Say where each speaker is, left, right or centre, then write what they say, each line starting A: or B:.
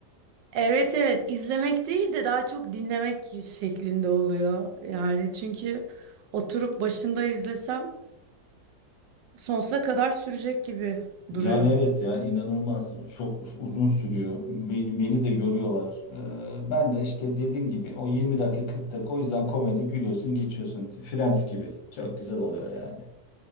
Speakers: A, on the right; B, on the left.
A: Evet evet izlemek değil de daha çok dinlemek şeklinde oluyor. Yani çünkü oturup başında izlesem sonsuza kadar sürecek gibi
B: Yani
A: duruyor.
B: evet ya inanılmaz çok uzun sürüyor. Beni, beni de yoruyorlar. Ee, ben de işte dediğim gibi o yirmi dakika kırk dakika o yüzden komedi gülüyorsun geçiyorsun. Friends gibi. Çok güzel oluyor yani.